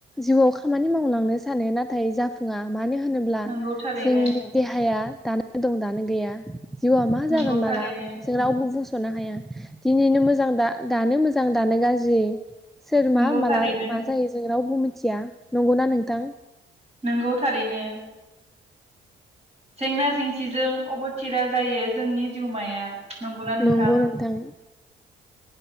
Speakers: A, in the centre; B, on the right.
A: जिउआव खामानि मावलांनो सानो नाथाय जाफुङा मानो होनोब्ला
B: नंगौ थारैनो
A: जोंनि देहाया दानो दं दानो गैया जिउआ मा
B: नंगौ
A: जागोन
B: थारैनो
A: माला जों रावबो बुज सनो हाया दिनैनो मोजां दा-दानो मोजां दानो गाज्रि सोर
B: नंगौ
A: मा माला
B: थारैनो
A: मा जायो जों रावबो मोन थिया नंगौना नोंथां?
B: नोंगौ थारैनो जेंना जेंसिजों अबथिरा जायो जोंनि जिउमाया। नंगौना नोंथां
A: नंगौ नोथां